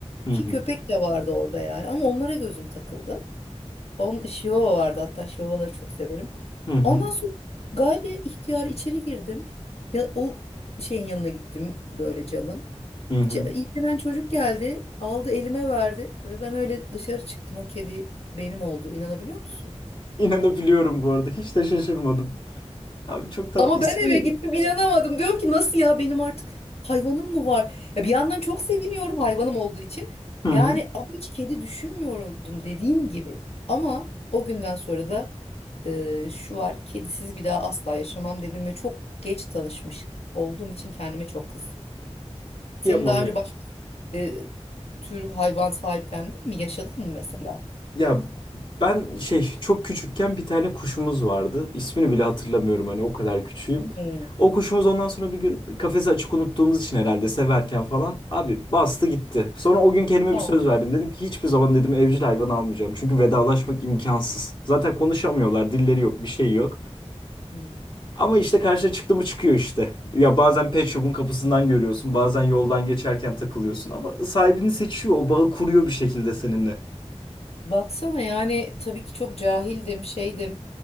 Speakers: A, on the left; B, on the left.
A: Hı
B: Ki
A: hı.
B: köpek de vardı orada yani ama onlara gözüm takıldı. On, Şivava vardı hatta Şivavaları çok severim.
A: Hı hı.
B: Ondan sonra gayri ihtiyar içeri girdim. Ya, o şeyin yanına gittim böyle camın.
A: Hı hı.
B: Ç- İlgilenen çocuk geldi aldı elime verdi ve ben öyle dışarı çıktım o kedi benim oldu inanabiliyor musun?
A: İnanabiliyorum bu arada. Hiç de şaşırmadım. Abi çok tatlı.
B: Ama
A: İsmi
B: ben eve
A: neydi?
B: gittim inanamadım. Diyorum ki nasıl ya benim artık hayvanım mı var? Ya bir yandan çok seviniyorum hayvanım olduğu için.
A: Hı hı.
B: Yani ama hiç kedi düşünmüyordum dediğim gibi. Ama o günden sonra da e, şu var kedisiz bir daha asla yaşamam dedim ve çok geç tanışmış olduğum için kendime çok kızdım. Senin
A: Kıyamam
B: daha önce başka e, tür hayvan sahiplendin mi? Yaşadın mı mesela?
A: Ya ben şey çok küçükken bir tane kuşumuz vardı. İsmini bile hatırlamıyorum hani o kadar küçüğüm.
B: Hmm.
A: O kuşumuz ondan sonra bir gün kafesi açık unuttuğumuz için herhalde severken falan abi bastı gitti. Sonra o gün kendime
B: Aa.
A: bir söz verdim. Dedim ki hiçbir zaman dedim evcil hayvan almayacağım. Çünkü vedalaşmak imkansız. Zaten konuşamıyorlar, dilleri yok, bir şey yok.
B: Hmm.
A: Ama işte karşıya çıktı mı çıkıyor işte. Ya bazen pet shop'un kapısından görüyorsun, bazen yoldan geçerken takılıyorsun ama sahibini seçiyor, o bağı kuruyor bir şekilde seninle.
B: Baksana yani tabii ki çok cahildim şeydim.